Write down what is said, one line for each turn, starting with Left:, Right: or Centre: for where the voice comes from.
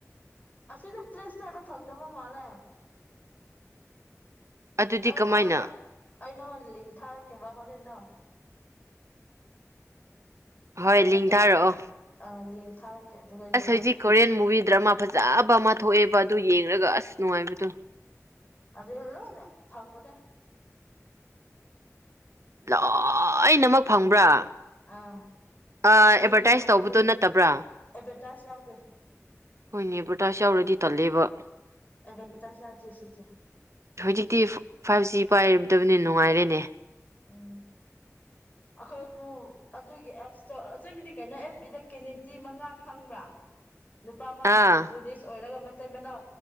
Left: ꯑꯁꯤꯗ ꯄ꯭ꯂꯦ ꯁ꯭ꯇꯣꯔ ꯐꯪꯗꯕ ꯃꯥꯜꯂꯦ
Right: ꯑꯗꯨꯗꯤ
Left: ꯑꯩ
Right: ꯀꯃꯥꯏꯅ
Left: ꯅꯪꯉꯣꯟꯗ ꯑꯩ ꯅꯪꯉꯣꯟꯗ ꯂꯤꯡ ꯊꯥꯔꯛꯀꯦꯕ ꯍꯣꯔꯦꯟꯗꯣ
Right: ꯍꯣꯏ
Left: ꯀꯩꯅꯣ
Right: ꯂꯤꯡꯊꯥꯔꯛꯑꯣ
Left: ꯇꯧ ꯑ ꯂꯤꯡ ꯊꯥꯔꯛꯀꯦ ꯑꯗꯨꯒ ꯌꯦꯡꯉꯣ
Right: ꯑꯁ ꯍꯧꯖꯤꯛ ꯀꯣꯔꯤꯌꯟ ꯃꯨꯚꯤ ꯗ꯭ꯔꯃꯥ ꯐꯖꯕ ꯑꯃ ꯊꯣꯛꯑꯦꯕ ꯑꯗꯨ ꯌꯦꯡꯂꯡꯒ ꯑꯁ ꯅꯨꯡꯉꯥꯏꯕꯗꯣ
Left: ꯑꯗꯨ ꯂꯣꯏꯅ ꯊꯝꯒꯅꯦ
Right: ꯂꯣꯏꯅꯃꯛ ꯐꯪꯕ꯭ꯔꯥ
Left: ꯑꯥ
Right: ꯑꯥ
Left: ꯑꯩꯛꯁꯦꯟ
Right: ꯑꯦꯗꯚꯔꯇꯥꯏꯁ
Left: ꯃꯅꯤꯄꯨꯔꯤ
Right: ꯇꯧꯕꯗꯣ ꯅꯠꯇꯕ꯭ꯔꯥ
Left: ꯑꯦꯗꯚꯔꯇꯥꯏꯖ ꯌꯥꯎꯗꯦ
Right: ꯍꯣꯏꯅꯦ ꯑꯦꯗꯚꯔꯇꯥꯏꯁ ꯌꯥꯎꯔꯗꯤ ꯇꯜꯂꯦꯕ
Left: ꯑꯦꯕꯦꯔꯇꯥꯁ <unintelligible>
Right: ꯍꯧꯖꯤꯛꯇꯤ ꯐꯥꯏꯚ ꯖꯤ ꯄꯥꯏꯔꯗꯕꯅꯤ ꯅꯨꯡꯉꯥꯏꯔꯦꯅꯦ
Left: ꯎꯝ ꯑꯩꯈꯣꯏꯗꯨ ꯑꯗꯨꯒꯤ ꯑꯦꯞꯁꯇꯣ ꯑꯆꯗꯤ ꯀꯩꯅꯣ ꯑꯦꯐ ꯕꯤꯗ ꯀꯦꯅꯤꯗꯤ ꯃꯉꯥꯟ ꯐꯪꯕ꯭ꯔꯥ ꯅꯨꯄꯥ ꯑꯃ
Right: ꯑꯥ
Left: ꯄꯨꯂꯤꯁ ꯑꯣꯏꯔꯒ ꯃꯇꯩ ꯃꯅꯥꯎ